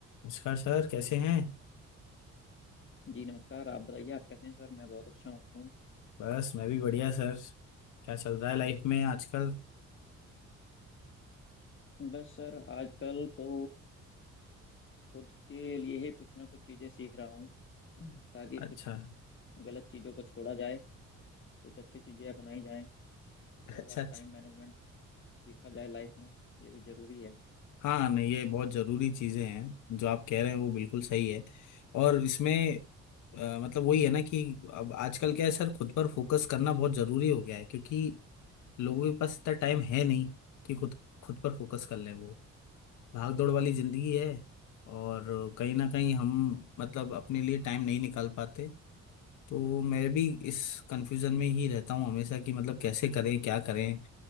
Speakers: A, on the left; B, on the left.
A: नमस्कार सर कैसे हैं
B: जी नमस्कार आप बताइए आप कैसे हैं सर मैं बहुत अच्छा हूँ
A: बस मैं भी बढ़िया सर क्या चल रहा है लाइफ में आजकल
B: बस सर आजकल तो खुद के लिए ही कुछ ना कुछ चीज़ें सीख रहा हूँ ताकि
A: अच्छा
B: कुछ गलत चीज़ों को छोड़ा जाए कुछ अच्छी चीज़ें अपनाई जाएं थोड़ा
A: अच्छा
B: सा
A: अच्छा
B: टाइम मैनेजमेंट सीखा जाए लाइफ में ये भी ज़रूरी है
A: हाँ नहीं ये बहुत ज़रूरी चीज़ें हैं जो आप कह रहे हैं वो बिल्कुल सही है और इसमें अ, मतलब वही है ना कि अब आजकल क्या है सर खुद पर फोकस करना बहुत ज़रूरी हो गया है क्योंकि लोगों के पास इतना टाइम है नहीं कि खुद खुद पर फोकस कर लें वो भाग दौड़ वाली ज़िंदगी है और कहीं ना कहीं हम मतलब अपने लिए टाइम नहीं निकाल पाते तो मैं भी इस कंफ्यूजन में ही रहता हूँ हमेशा कि मतलब कैसे करें क्या करें